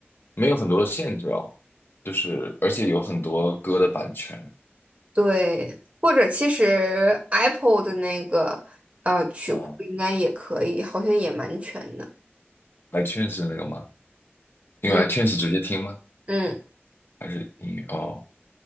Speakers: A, on the left (about 55°); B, on the right (about 35°).
A: 没有很多的限制哦，就是而且有很多歌的版权
B: 对，或者其实 Apple 的那个呃曲库应该也可以，
A: 啊，
B: 好像也蛮全的，
A: i t u n e s 的那个吗？因为
B: 嗯
A: iTunes 直接听吗？
B: 嗯。
A: 还是音乐？哦，